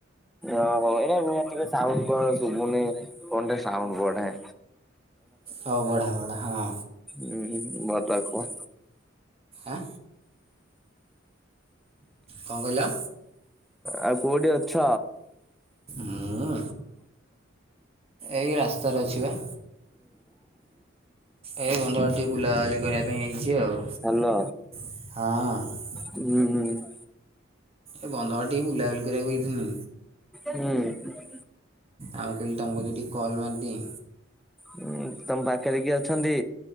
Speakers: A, in the centre; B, on the right.
A: ଓହୋ ଏଇଟା ଟିକେ ସାଉଣ୍ଡ କଣ ଶୁଭୁନି ଫୋନ୍ ଟିକେ ସାଉଣ୍ଡ ବଢ଼ାଏ।
B: ହଉ ବଢ଼ା ବଢ଼ା ହଁ।
A: ହୁଁ ହୁଁ ବତାକ
B: ଆଁ କଣ କହିଲ?
A: ଆ କୋଉଠି ଅଛ?
B: ମୁଁ ଏଇ ରାସ୍ତାରେ ଅଛି ବା। ଏଇ ବନ୍ଧବାଟେ ଟିକେ ବୁଲାବୁଲି କରିବା ପାଇଁ ଆଇଚି ଆଉ
A: ହାଲୋ।
B: ହଁ।
A: ହୁଁ ହୁଁ।
B: ଏ ବନ୍ଧା ଟିକେ ବୁଲାବୁଲି କରିବାକୁ ଆଇଥିଲି।
A: ହୁଁ।
B: ଆଉେ କହିଲି ତମକୁ ଟିକେ କଲ୍ ମାରିଦିଏ।
A: ହୁଁ ତମ ପାଖରେ କିଏ ଅଛନ୍ତି?